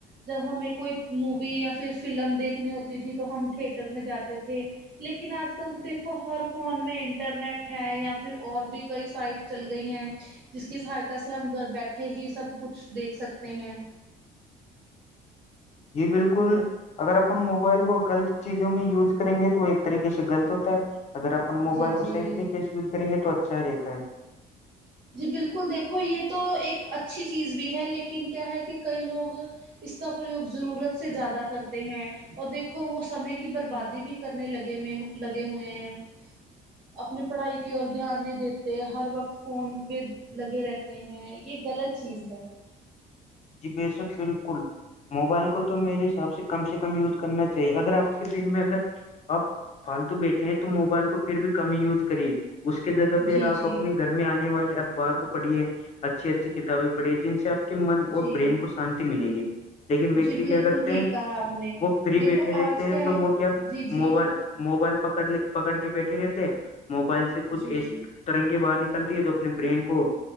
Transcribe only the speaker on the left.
جی بالکل اگر اپن موبائل کو غلط چیزوں میں یوز کریں گے تو ایک طریقے سے غلط ہوتا ہے اگر اپنے موبائل
کو
صحی طریقے سے یوز کریں گے تو اچھا رہتا ہے
جی بے شک بالکل موبائل کو تو میرے حساب سے کم سے کم یوز کرنا چاہیے اگر آپ کے دن میں اگر آپ فالتو بیٹھے ہیں تو موبائل کو پھر بھی کمی یوز کرے اس کے جگہ پہ
آپ
اپنے گھر میں آنے والے اخبار کو پڑھیے اچھی اچھی کتابیں پڑھیے جن سے آپ کے من اور
برین کو شانتی ملے گی لیکن ویکتی
کیا کرتے
ہیں
وہ فری
بیٹھے
رہتے ہیں تو
وہ کیا
موبائل موبائل پکڑ پکڑ کے بیٹھے رہتے موبائل سے کچھ
ای س ترنگے باہر نکلتی ہے جو اپنے برین کو